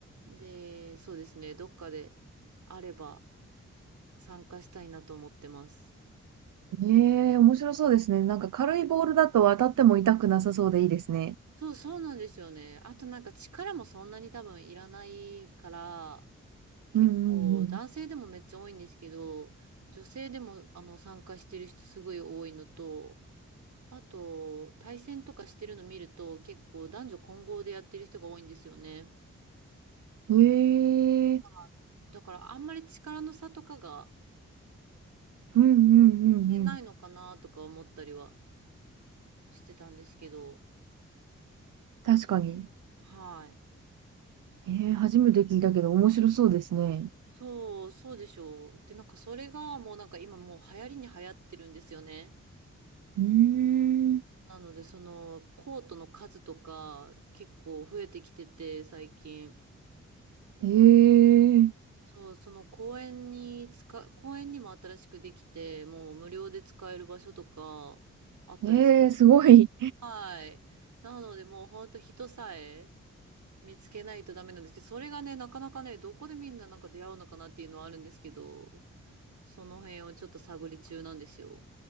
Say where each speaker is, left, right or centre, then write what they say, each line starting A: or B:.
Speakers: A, on the right; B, on the right.
A: で、そうですね、どっかであれば、参加したいなと思ってます。
B: うん。ええ、面白そうですね。なんか軽いボールだと当たっても痛くなさそうでいいですね。
A: そう、そうなんですよね。あとなんか力もそんなに多分いらないから、結構男性でもめっちゃ多いんですけど、
B: うんうん
A: 女性でもあの参加してる人すごい多いのと、あと対戦とかしてるの見ると結構男女混合でやってる人が多いんですよね。
B: うん。ええ、
A: はい。だからあんまり力の差とかが
B: うんうんうんうん。
A: 消えないのかなとか思ったりはしてたんですけど、
B: 確かに。
A: はい。
B: ええ、初めて聞いたけど面白そうですね。
A: そう、そうでしょう。で、なんかそれがもうなんか今もう流行りに流行ってるんですよね。
B: うーん。
A: なので、そのコートの数とか結構増えてきてて、最近。
B: へえ、
A: そう、その公園に使、公園にも新しくできて、もう無料で使える場所とかあったりする
B: ええ、すごい。
A: はい。なので、もう本当人さえ見つけないとダメなんですけど、それがね、なかなかね、どこでみんななんか出会うのかなっていうのはあるんですけど、その辺をちょっと探り中なんですよ。